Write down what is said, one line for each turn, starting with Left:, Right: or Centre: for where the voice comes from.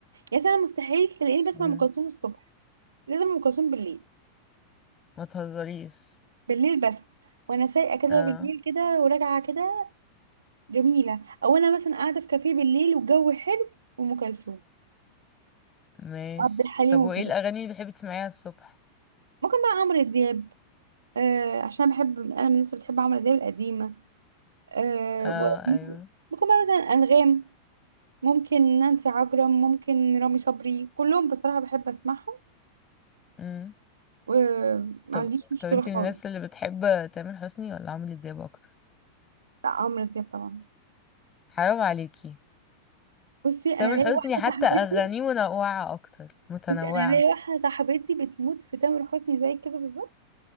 Right: يعني مثلا مستحيل تلاقيني بسمع
Left: مم.
Right: ام كلثوم الصبح لازم ام كلثوم بالليل
Left: ما تهزريش
Right: بالليل بس وانا سايقه كده
Left: اه
Right: بالليل كده وراجعه كده جميله او انا مثلا قاعده في كافيه بالليل والجو حلو وام كلثوم
Left: ماشي
Right: وعبد الحليم
Left: طب وايه
Right: وكده
Left: الاغاني اللي بتحبي تسمعيها الصبح
Right: ممكن بقى عمرو دياب آه عشان بحب انا من الناس اللي بتحب عمرو دياب القديمه آه
Left: اه
Right: وممكن
Left: ايوه
Right: بقى مثلا انغام ممكن نانسي عجرم ممكن رامي صبري كلهم بصراحة بحب اسمعهم
Left: مم.
Right: وما
Left: طب
Right: عنديش مشكلة
Left: طب انتي
Right: خالص
Left: من الناس اللي بتحب تامر حسني ولا عمرو دياب اكتر
Right: لا عمرو دياب طبعا
Left: حرام عليكي
Right: بصي انا
Left: تامر
Right: ليا
Left: حسني
Right: واحدة
Left: حتى
Right: صاحبتي
Left: اغانيه منوعه اكتر متنوعه
Right: بصي انا ليا واحدة صاحبتي بتموت في تامر حسني زي كده بالظبط